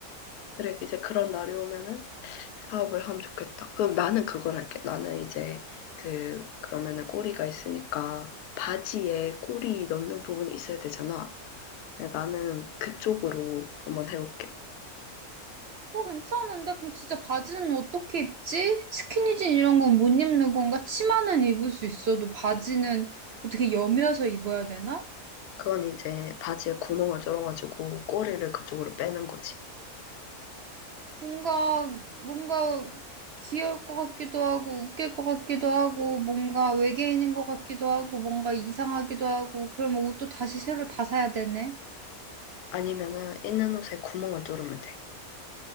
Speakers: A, on the left (about 85°); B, on the right (about 60°).
A: 그래 이제 그런 날이 오면은 사업을 하면 좋겠다. 그럼 나는 그걸 할게. 나는 이제 그 그러면은 꼬리가 있으니까 바지에 꼬리 넣는 부분이 있어야 되잖아. 근데 나는 그쪽으로 한번 해볼게.
B: 어, 괜찮은데? 그럼 진짜 바지는 어떻게 입지? 스키니진 이런 건 못 입는 건가? 치마는 입을 수 있어도 바지는 어떻게 여며서 입어야 되나?
A: 그건 이제 바지에 구멍을 뚫어가지고 꼬리를 그쪽으로 빼는 거지.
B: 뭔가, 뭔가 귀여울 것 같기도 하고, 웃길 것 같기도 하고, 뭔가 외계인인 것 같기도 하고, 뭔가 이상하기도 하고, 그러면 옷도 다시 새로 다 사야 되네.
A: 아니면은 있는 옷에 구멍을 뚫으면 돼.